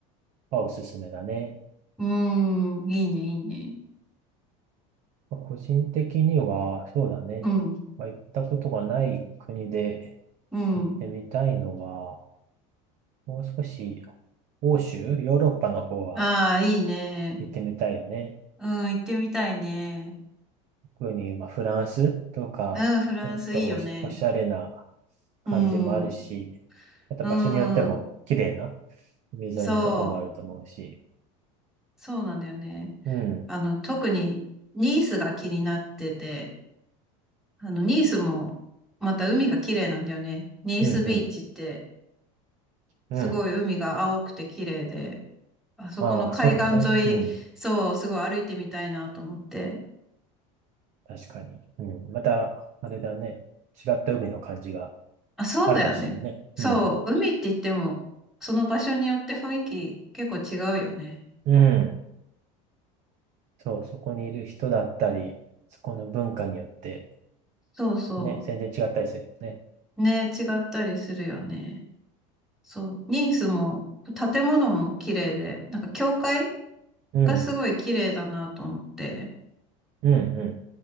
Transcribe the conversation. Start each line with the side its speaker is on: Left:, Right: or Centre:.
Right: はおすすめだね。
Centre: うん。いいね、いいね。
Right: まあ個人的には、そうだね。
Centre: うん。
Right: まあ、行ったことがない国で
Centre: うん。
Right: 行ってみたいのは、もう少し欧州、ヨーロッパの方は
Centre: ああ、いいね。
Right: 行ってみたいよね。
Centre: うん、行ってみたいね。
Right: 特に、まあ、フランスとか、
Centre: うん、フランスいいよね。
Right: なんかおし、おしゃれな感じもあるし、
Centre: うん。
Right: また場所によっても綺麗な
Centre: うん。
Right: 海沿いのとこもあると思うし、
Centre: そう。そうなんだよね。
Right: うん、
Centre: あの、特にニースが気になってて、あの、ニースもまた海が綺麗なんだよね。ニースビーチって
Right: うん、うん、うん。
Centre: すごい海が青くて綺麗で、あそこの海岸沿い、
Right: ああ、そうだね。うん、
Centre: そう、すごい歩いてみたいなと思って。
Right: 確かに。うん、また、あれだね。違った海の感じが。
Centre: あ、そうだよね。
Right: あるかもしれないね。
Centre: そう、
Right: うん。
Centre: 海って言っても、その場所によって雰囲気結構違うよね。
Right: うん。そう、そこにいる人だったり、そこの文化によって、
Centre: そうそ
Right: ね、全然違ったりするよね。
Centre: う。ね、違ったりするよね。そう。ニースも、建物も綺麗で、なんか教会
Right: うん。
Centre: がすごい綺麗だなと思って、
Right: うん、う